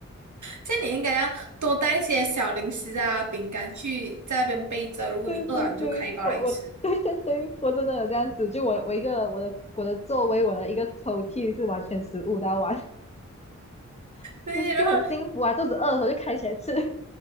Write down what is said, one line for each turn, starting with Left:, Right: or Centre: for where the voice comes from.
Right: 这样你应该要多带一些小零食啊、饼干去在那边备着。
Left: <laughs>
Right: 如果你饿了，
Left: 对对对，
Right: 你就开一包来吃。
Left: 我我对对对，我真的有这样子，就我我一个我的我的座位，我的一个抽屉是完全食物的完，<laughs>
Right: 对，
Left: 就就很幸福啊，
Right: 然后
Left: 肚子饿的时候就开起来吃。<laughs>